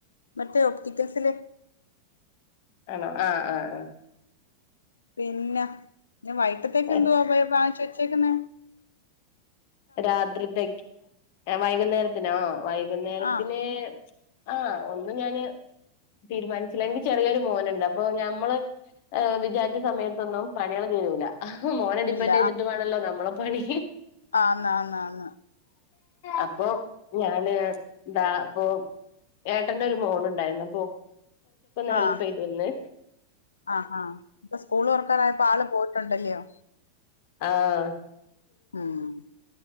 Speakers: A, on the left; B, on the left.
A: മറ്റേ ഓപ്റ്റിക്കൽസ്‌ല്.
B: ആണോ ആഹ് ആഹ് ആഹ്.
A: പിന്നെ വൈട്ട്ത്തേക്കെന്തോവാ
B: ആഹ്
A: വെയ് വാങ്ങിച്ച് വെച്ചേക്കുന്നെ?
B: രാത്രിത്തേക്ക് വൈകുന്നേരത്തിനോ വൈകുന്നേരത്തിന്
A: ആഹ്
B: ആഹ് ഒന്നുംഞാന് തീരുമാൻച്ചില്ല എനിക്ക്ചെറിയൊരുമോന്ണ്ട് അപ്പൊഞമ്മള് ഏഹ് വിചാര്ച്ച സമയത്തൊന്നുംപണികള്തീരൂല. ആഹ് മോനെഡിപ്പെന്റെയ്തിട്ട്
A: ഇല്ല
B: വേണല്ലോനമ്മളെപണി
A: ആന്നാന്നാന്ന്
B: അപ്പൊ ഞാന് ഇതാപ്പൊ ഏട്ടന്റെഒരുമോള്ണ്ടായ്രുന്നു അപ്പോള്കൊറച്ചൊക്കൊന്ന്
A: ആഹ്
B: ഹെൽപ്പെയ്തന്ന്
A: ആഹ് ആഹ് ഇപ്പൊസ്കൂള്തൊറക്കാറായപ്പോ ആള്പോയ്ട്ടുണ്ടല്ല്യോ
B: ആഹ്
A: ഉം